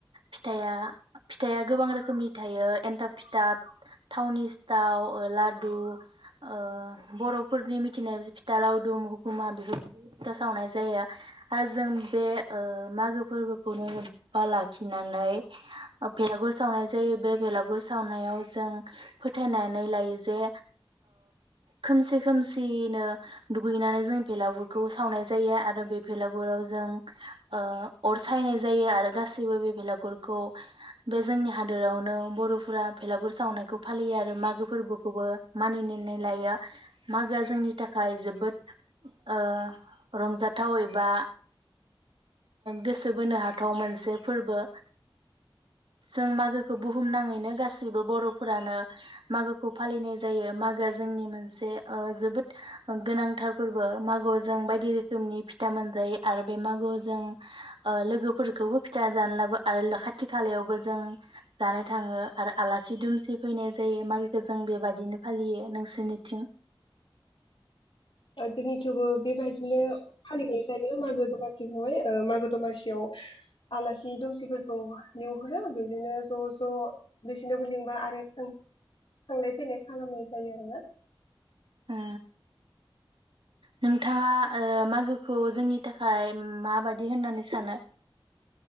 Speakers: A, on the right; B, on the left.
A: फिथाइआ फिथाइया गोबां रोखोमनि थायो एन्थाब फिथा थावनि सिथाव लादु ओ बर'फोरनि मिथिनाय फिथा लावदुम हुखुमा बेफोर थि सावनाय जायो आरो जों बे मागो फोरबोखौनो लोब्बा लाखिनानै बेलागुर सावनाय जायो बे बेलागुर सावनायाव जों फोथायनानै लायो जे खोमसि खोमसिनो दुगैनानै जों बेलागुरखौ सावनाय जायो आरो बे भेलागुराव जों ओ अर सायनाय जायो आरो गासैबो बे भेलागुरखौ बे जोंनि हादोरावनो बर'फोरा भेलागुर सावनायखौ फालियो आरो मागो फोरबोखौबो मानिनानै लायो मागोआ जोंनि थाखाय जोबोद ओ रंजाथाव एबा गोसो बोनो हाथाव मोनसे फोरबो जों मागोखौ बुहुम बुहुमनाङैनो गासैबो बर'फोरानो मागोखौ फालिनाय जायो मागोआ जोंनि मोनसे ओ जोबोद गोनांथार फोरबो मागोआव जों बायदि रोखोमनि फिथा मोनजायो आरो बे मागोआव जों ओ लोगोफोरखौबो फिथा जानलाबो आरो खाथि खालायावबो जों जानो थाङो आरो आलासि दुमसि फैनाय जायो मागोखौ जों बेबायदिनो फालियो नोंसोरनिथिं?
B: ओ जोंनि थिबो बे बायदिनो फालिनाय जायो। बे मागो दमासिखौहाय मागो दमासियाव आलासि दुसिफोरखौ लिंहरो बिदिनो ज' ज' बेसिनावबो लिंबा आरो थांलाय फैलाय खालामनाय जायो आरोना।
A: ओ नोंथाङा ओ मागोखौ जोंनि थाखाय माबायदि होननानै सान सानो?